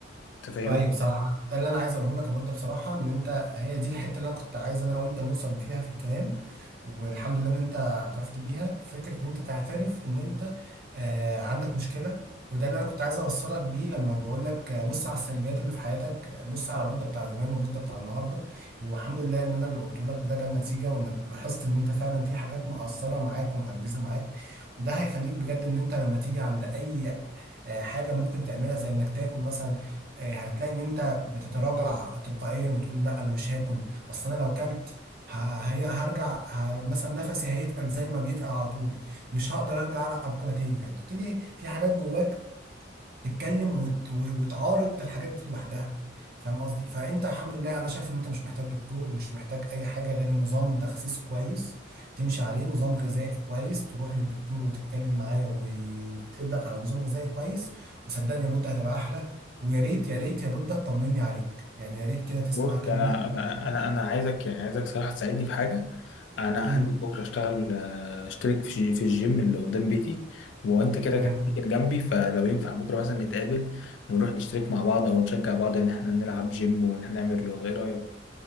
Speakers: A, on the left; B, on the right.
A: انت فاهمني
B: ايوه بصراحه ده اللي انا عايز اقوله لك يا بود بصراحه ان انت هي دي الحته اللي انا كنت عايز انا وانت نوصل فيها في الكلام والحمد لله ان انت اعترفت بيها فكره ان انت تعترف ان انت آه عندك مشكله وده اللي انا كنت عايز اوصلك بيه لما بقول لك آه، بص على السلبيات اللي في حياتك آه، بص على بودة بتاع زمان وبودة بتاع النهارده والحمد لله ان انا اللي قلته لك ده جاب نتيجه وانك لاحظت ان انت فعلا في حاجات مقصره معاك ومعجزه معاك وده هيخليك بجد ان انت لما تيجي عند اي آه، حاجه ممكن تعملها زي انك تاكل مثلا آه، هتلاقي ان انت بتتراجع تلقائيا وتقول لا انا مش هاكل اصل انا لو كلت ه- هي- هرجع ه- مثلا نفسي هيتقل زي ما بيتقل على طول مش هقدر ارجع العب كرة تاني هتبتدي في حاجات جواك تتكلم وت... و- وتعارض الحاجات دي لوحدها فاهم قصدي فانت الحمد لله انا شايف ان انت مش محتاج دكتور ومش محتاج اي حاجه غير نظام تخسيس كويس تمشي عليه نظام غذائي كويس تروح للدكتور وتتكلم معاه ويكتب لك على نظام غذائي كويس وصدقني يا بود هتبقى احلى ويا ريت يا ريت يا بود تطمني عليك يعني يا ريت كده تسمع
A: بص
B: الكلام
A: انا
B: اللي انا
A: انا
B: بقوله.
A: انا انا عايزك يعني عايزك صراحه تساعدني في حاجه انا
B: امم
A: هنزل بكره اشتغل آه، اشترك في في الجيم اللي قدام بيتي وانت كده
B: تمام
A: كده كده جنبي فلو ينفع بكره مثلا نتقابل ونروح نشترك مع بعض او نشجع بعض ان احنا نلعب جيم وان احنا نعمل رياضه ايه رايك